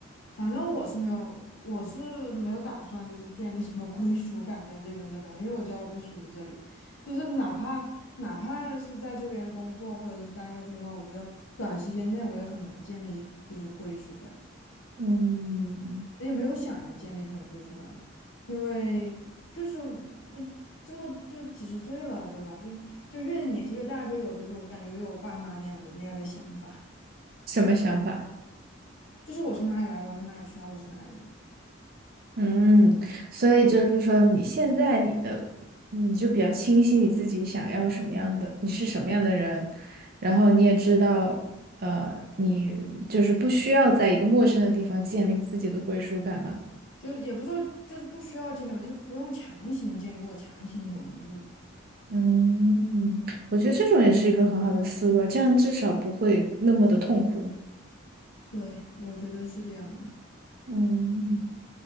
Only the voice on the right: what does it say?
嗯，
什么想法？
嗯，所以就是说，你现在你的你就比较清晰你自己想要什么样的，你是什么样的人，然后你也知道，呃，你就是不需要在一个陌生的地方建立自己的归属感嘛。
嗯，我觉得这种也是一个很好的思路啊，这样至少不会那么的痛苦。
嗯